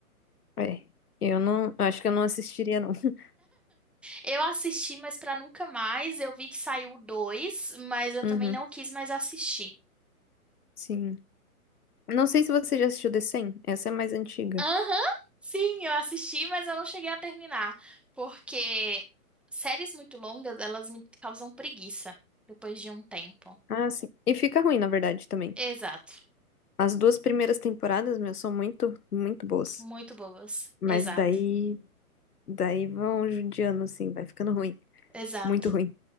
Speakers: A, on the left; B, in the centre.
A: É. Eu não, acho que eu não assistiria não. <laughs>
B: Eu assisti, mas pra nunca mais. Eu vi que saiu o dois, mas eu
A: Uhum.
B: também não quis mais assistir.
A: Sim. Não sei se você já assistiu The cem. essa é mais antiga.
B: Aham, sim, eu assisti, mas eu não cheguei a terminar. Porque séries muito longas, elas me causam preguiça depois de um tempo.
A: Ah, sim. E fica ruim, na verdade, também.
B: Exato.
A: As duas primeiras temporadas, meu, são muito, muito boas.
B: Muito boas.
A: Mas
B: Exato.
A: daí, daí vão judiando, assim, vai ficando ruim.
B: Exato.
A: Muito ruim.